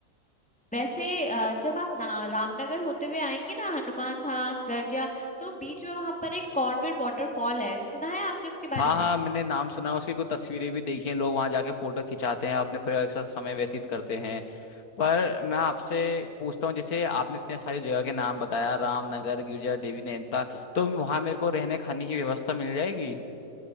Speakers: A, in the centre; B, on the left.
A: वैसे अ, जब आप ना रामनगर होते हुए आएंगे ना हनुमान धाम गर्जिया तो बीच में वहां पर एक कॉर्बेट वाटरफॉल है सुना है आपने उसके बारे
B: हाँ
A: में
B: हाँ मैंने नाम सुना है उसकी कुछ तस्वीरें भी देखी हैं लोग वहां जाके फोटो खिंचाते हैं अपने परिवार के साथ समय व्यतीत करते हैं पर मैं आपसे पूछता हूँ जैसे आपने इतने सारी जगह के नाम बताया रामनगर गिरजा देवी नैनीताल तो वहां मेरे को रहने खाने की व्यवस्था मिल जाएगी